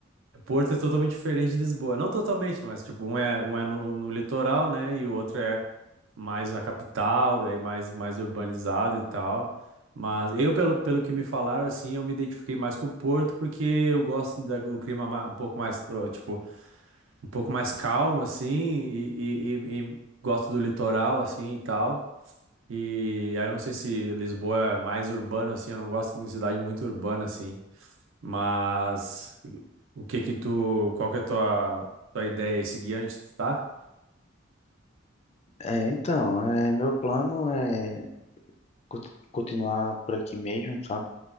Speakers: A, on the right (about 70°); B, on the left (about 30°).
A: Porto é totalmente diferente de Lisboa. Não totalmente, mas tipo, um é, um é no, no litoral, né, e o outro é mais a capital, e aí mais, mais urbanizado e tal. Mas eu, pelo, pelo que me falaram, assim, eu me identifiquei mais com o Porto, porque eu gosto da- do clima ma- um pouco mais, ah, tipo, um pouco mais calmo, assim, e, e, e- e gosto do litoral, assim, e tal. E aí eu não sei se Lisboa é mais urbano, assim, eu não gosto muito de cidade muito urbana, assim. Mas o que que tu, qual que é a tua, tua ideia aí seguinte, tá?
B: é, então, é, meu plano é co- continuar por aqui mesmo, sabe?